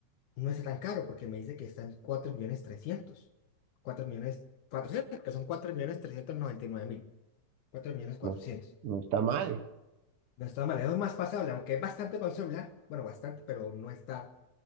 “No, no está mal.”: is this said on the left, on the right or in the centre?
Right